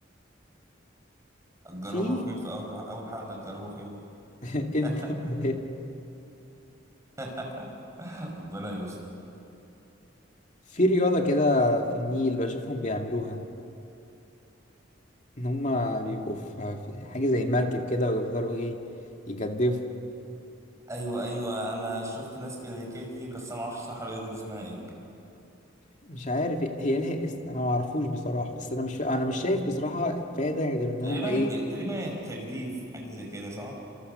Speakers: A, on the right; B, on the left.
A: هتجربها
B: في
A: في مين في اول اول حد هتجربه فين
B: <laughs> انت
A: <laughs>
B: <laughs>
A: <laughs> ربنا يستر
B: في رياضة كده في النيل بشوفهم بيعملوها ان هما بيبقوا في في حاجة زي مركب كده ويفضلوا ايه يجدفوا
A: ايوه ايوه انا شفت ناس كده كده كتير بس انا ما اعرفش صح الرياضه دي اسمها ايه
B: مش عارف إيه- هي لها اسم انا ما اعرفوش بصراحة بس انا مش فا... انا مش شايف بصراحة فايدة غير ان
A: تقريبا
B: هما ايه
A: تقريبا التجديف حاجه زي كده صح